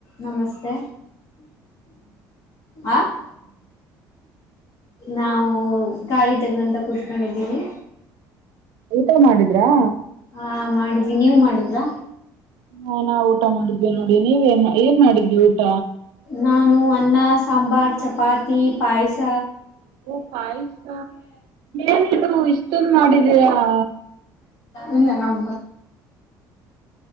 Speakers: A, on the left; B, on the right.
A: ನಮಸ್ತೆ ಆಹ್ ನಾವು ಗಾಳಿ ತಗಂತ ಕೂತ್ಕನ್ಡಿದ್ದೀವಿ
B: ಊಟ ಮಾಡಿದ್ರಾ?
A: ಹಾ ಮಾಡಿದ್ವಿ, ನೀವು ಮಾಡಿದ್ರಾ?
B: ಹಾ ನಾವ್ ಊಟ ಮಾಡಿದ್ವಿ ನೋಡಿ ನೀವೇನ್ ಏನ್ ಮಾಡಿದ್ರಿ ಊಟ
A: ನಾನು ಅನ್ನ, ಸಾಂಬಾರ್, ಚಪಾತಿ, ಪಾಯ್ಸ
B: ಓ ಪಾಯ್ಸ ಏನಿದು ಇಷ್ಟೊಂದು ಮಾಡಿದೀರಾ?
A: ಇಲ್ಲ ನಮ್